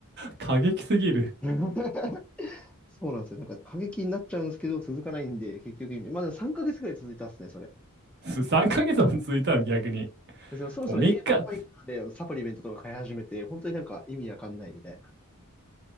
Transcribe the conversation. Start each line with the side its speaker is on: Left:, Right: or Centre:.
Right: 過激すぎる。
Centre: <laughs> そうなんですよ。なんか、過激になっちゃうんですけど、続かないんで、結局意味。まあ、でも3ヶ月ぐらい続いたっすね、それ。
Right: <laughs> 3ヶ月も続いたの逆に。
Centre: で、そのそろそろ栄養やばいからで、
Right: もう3日、
Centre: あの、サプリメントとか買い始めて、本当になんか意味わかんないみたいな。